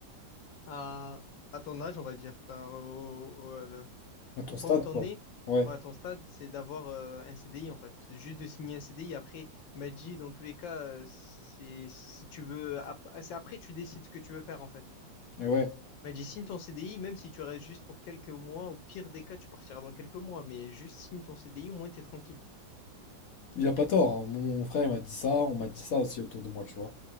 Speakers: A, on the left; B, on the left.
A: à, à ton âge, on va dire, enfin, au, au- au- le-
B: À ton
A: au point
B: stade,
A: où t'en
B: quoi.
A: es,
B: Ouais.
A: ouais, à ton stade, c'est d'avoir euh, un CDI en fait. C'est juste de signer un CDI. Après, il m'a dit, dans tous les cas, euh, c'est si tu veux, ap- c'est après tu décides ce que tu veux faire en fait.
B: Et ouais.
A: M'a dit, signe ton CDI, même si tu restes juste pour quelques mois, au pire des cas, tu partiras dans quelques mois, mais juste signe ton CDI, au moins t'es tranquille.
B: Il a pas tort, hein. Mon mon frère il m'a dit ça, on m'a dit ça aussi autour de moi, tu vois.